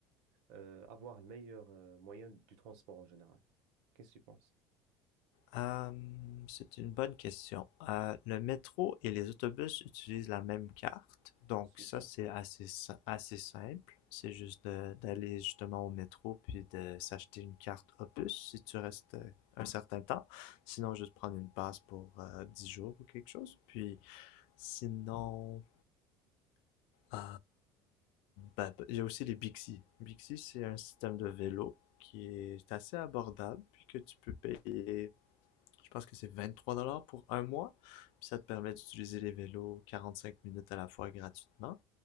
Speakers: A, on the right; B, on the left.
A: euh, avoir le meilleur euh, moyen du transport en général. Qu'est-ce que tu penses?
B: Hum, c'est une bonne question. Euh, le métro et les autobus utilisent la même carte, donc
A: Super.
B: ça c'est assez, si- assez simple. C'est juste de- d'aller justement au métro puis de s'acheter une carte Opus si tu restes euh, un certain temps. Sinon, juste prendre une passe pour euh, 10 jours ou quelque chose. Puis sinon, euh, ben, ben, il y a aussi les Bixi. Bixi, c'est un système de vélo qui est assez abordable puis que tu peux payer je pense que c'est 23 dollars pour un mois. Puis ça te permet d'utiliser les vélos 45 minutes à la fois gratuitement.